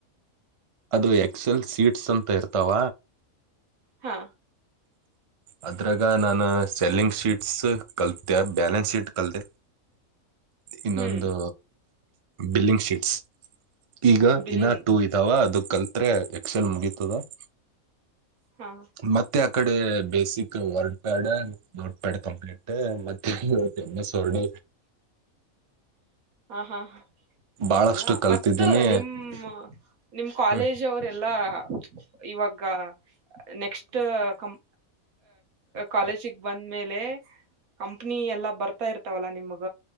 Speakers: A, on the right (about 60°); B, on the right (about 80°).
A: ಅದು ಎಕ್ಸ ಎಲ್ ಸೀಟ್ಸ ಅಂತ ಇರ್ತಾವ
B: ಹಾ
A: ಅದ್ರಾಗ ನಾನ ಸೆಲ್ಲಿಂಗ್ ಶೀಟ್ಸ್ ಕಲ್ತ ಬ್ಯಾಲೆನ್ಸ ಶೀಟ್ ಕಲಿತ ಇನ್ನೊಂದು
B: ಹ್ಮ್
A: ಬಿಲ್ಲಿಂಗ್ ಶೀಟ್ಸ ಈಗ
B: ಬಿಲ್ಲಿಂಗ್
A: ಇನ್ ಟು ಹು ಅದ ಕಲ್ತ್ರೆ ಎಕ್ಸೆಲ್ ಮುಗಿತದ <inaudible>
B: <inaudible>
A: ಮತ್ತೆ ಆ ಕಡೆ basic WordPad Notepad complete ಮತ್ತ ಎಂ ಎಸ್ ವರ್ಡ್
B: ಹಾ
A: ಬಹಳಷ್ಟು
B: ಎಲ್ಲ
A: ಕಲ್ತಿದ್ದೀನಿ
B: ಮತ್ತ ನಿಮ್ಮ ನಿಮ್ ಕಾಲೇಜ್
A: ಹ್ಮ
B: ಅವರೆಲ್ಲಾ? ಇವಾಗ ನೆಕ್ಸ್ಟ ಅಂ ಕಾಲೇಜಿಗ್ ಬಂದ್ಮೇಲೆ ಕಂಪ್ನಿ ಎಲ್ಲಾ ಬರ್ತಾ ಇರ್ತಾವಲ್ಲಾ ನಿಮ್ಗ